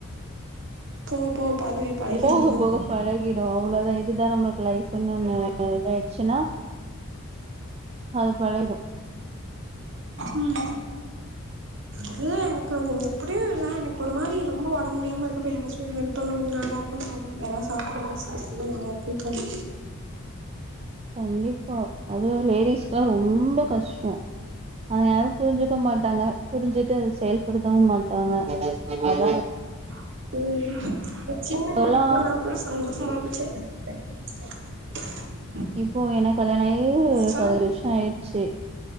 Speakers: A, on the right; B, on the right.
A: போக போக அதுவே பழகிரு
B: போக
A: ம்
B: போக பழகிடு அவ்ளோதா இதுதா நம்மளுக்கு லைஃப்ன்னு ஒரு இதாய்ச்சுன்னா அது பழயிடு
A: ம் இல்ல எனக்கு எப்படியு இல்ல எனக்கு ஒரு மாரி ரொம்ப ஒடம்பு முடியாம இருக்கப்ப யாராச்சு ஹெல்ப் பண்ணா கொஞ்சோ நல்லா இருக்குன் தோணு யாராவது சாப்ட ஏதாவது நல்லா இருக்குன் தோனு
B: கண்டிப்பா அது லேடிஸ்க்கலா ரொம்ப கஷ் டோ அது யாரு‌ புரிஞ்சுக்க மாட்ட டாங்க புரிஞ்சிட்டு செயல்படுத்தவு மாட்டா டாங்க அதா
A: ம் <unintelligible>
B: இப்பல்லா
A: <unintelligible>
B: இப்போ எனக் கல்யாணோ ஆயி
A: சொல்லுங்க
B: பதினஞ்சு வருஷோ ஆயிடுச்சு